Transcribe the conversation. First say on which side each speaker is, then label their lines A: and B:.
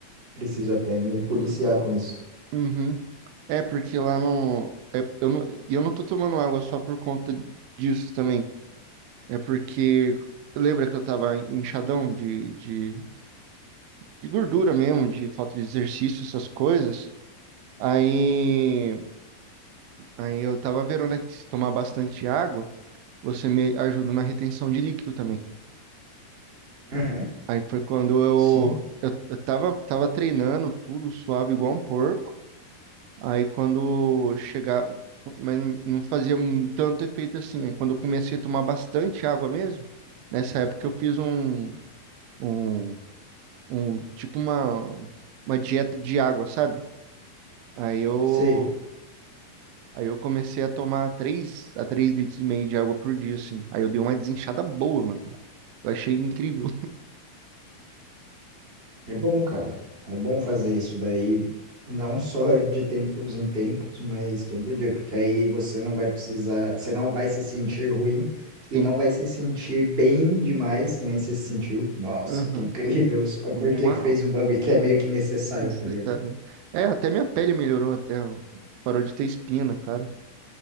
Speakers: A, on the right; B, on the right.
A: preciso até me policiar com isso.
B: Uhum. É porque lá no. É, eu não, e eu não tô tomando água só por conta disso também. É porque. Lembra que eu tava inchadão de, de, de gordura mesmo, de falta de exercício, essas coisas? Aí. Aí eu tava vendo, né? Que se tomar bastante água, você me ajuda na retenção de líquido também.
A: Uhum,
B: Aí foi quando eu,
A: sim,
B: eu, eu tava, tava treinando tudo suave igual um porco. Aí quando chegava, mas não fazia um tanto efeito assim. Aí quando eu comecei a tomar bastante água mesmo, nessa época eu fiz um, um, um tipo uma, uma dieta de água, sabe? Aí eu,
A: sei.
B: aí eu comecei a tomar 3 a 3 litros e meio de água por dia, assim. Aí eu dei uma desinchada boa, mano. Eu achei incrível.
A: É bom, cara. É bom fazer isso daí, não só de tempos em tempos, mas todo dia, porque aí você não vai precisar, você não vai se sentir ruim
B: <laughs>
A: e
B: Sim.
A: não vai se sentir bem demais, que nem você se sentiu. que, Nossa,
B: Aham.
A: que incrível, <laughs> só porque
B: Uau.
A: que fez um bagulho que é meio que necessário,
B: Necessário.
A: tá ligado?
B: É, até minha pele melhorou até, ó. Parou de ter espina, cara.